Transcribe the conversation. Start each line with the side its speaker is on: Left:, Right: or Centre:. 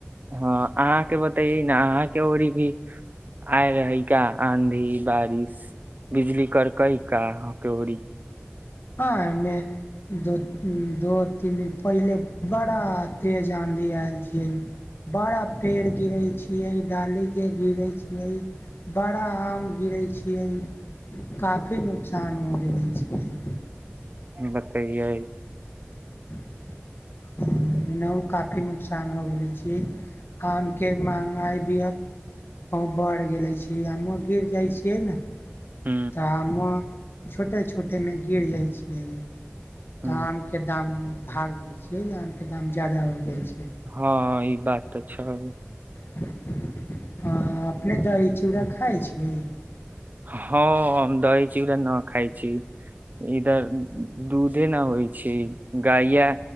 Right: हँ अहाँके बतइए न अहाँके र भी आइ रहै का आँधी बारिश बिजली करकई का हकौड़ी
Left: हँ एहिमे दो दू तीन दिन पहिले बड़ा तेज आँधी आयल छियै बड़ा पेड़ गिरैत छियै डालीके गिरैत छियै बड़ा आम गिरैत छियै काफी नुकसान हो गेल छियै
Right: बतेयइ
Left: <unintelligible> न काप काफी नुोकसान हो गेलै छियै आमके महँगाइ भी आब कहूँ बढ़ि गेलै छै आमो गिर जाइ छियै ने त
Right: ह
Left: आमो छोटे छोटेमे गिर जाइ छियै
Right: ह
Left: आमके दाम भाग जाइ छियै आमके दाम जादा हो जाइ छै
Right: हँ ई बात तऽ छै
Left: <unintelligible> हँ अपने दै छियै ओकरा खाइ छियै
Right: हँ हम दहै छी उधर न खाइ छी इधर दूधे न होइ छै गैया